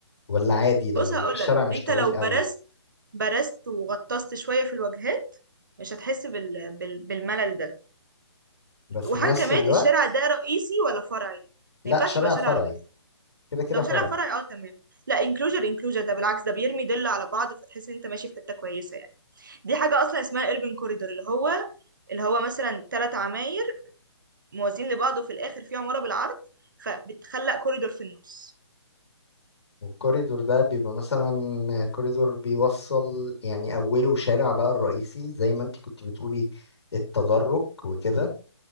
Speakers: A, on the left; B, on the right.
A: ولا عادي لو
B: بص هقولك
A: الشارع مش
B: انت
A: طويل
B: لو
A: قوي
B: برست برست وغطست شوية في الوجهات مش هتحس بال... بال... بالملل ده
A: بس
B: وحاجة
A: في نفس
B: كمان
A: الوقت
B: الشارع ده رئيسي ولا فرعي
A: لا
B: ما ينفعش
A: شارع
B: يبقى شارع
A: فرعي
B: رئيسي
A: كده كده
B: لو
A: فرعي
B: شارع فرعي اه تمام لا انكلوجر انكلوجر ده بالعكس ده بيرمي دل على بعض فتحس ان انت ماشي في حتة كويسة يعني دي حاجة اصلا اسمها اربن كوريدور اللي هو اللي هو مثلا ثلاث عماير موازين لبعض وفي الاخر في عمارة بالعرض فبتخلق كوريدور في النص
A: والكوريدور ده بيبقى مثلا كوريدور بيوصل يعني أوله شارع بقى الرئيسي زي ما انت كنت بتقولي التدرج وكده